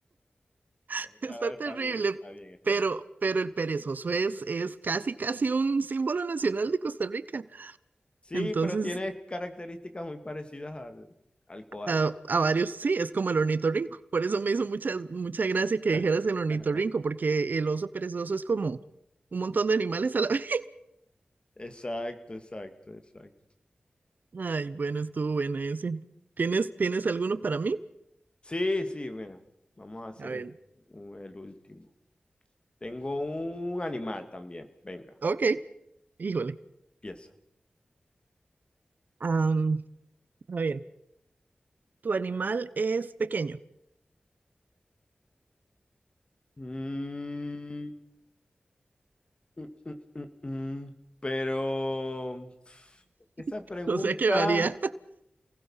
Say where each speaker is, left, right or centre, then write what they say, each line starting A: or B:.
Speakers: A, on the right; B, on the left.
A: <laughs> Está
B: No, está
A: terrible,
B: bien, está bien, está
A: pero,
B: bien.
A: pero el perezoso es, es casi, casi un símbolo nacional de Costa Rica.
B: Sí,
A: Entonces,
B: pero tiene características muy parecidas al, al koala.
A: A, a varios sí, es como el ornitorrinco. Por eso me hizo mucha, mucha gracia que
B: <laughs>
A: dijeras el ornitorrinco, porque el oso perezoso es como un montón de animales a la <laughs> vez.
B: Exacto, exacto, exacto.
A: Ay, bueno, estuvo bueno ese. ¿Tienes, tienes alguno para mí?
B: Sí, sí, mira, vamos a hacer
A: A ver,
B: un- el último. Tengo un animal también. Venga,
A: ok, híjole.
B: pieza.
A: Am, a ver, tu animal es pequeño,
B: Mm, mm, mm, mm, mm. Pero pf, esa
A: <laughs>
B: pregunta,
A: o sea que varía,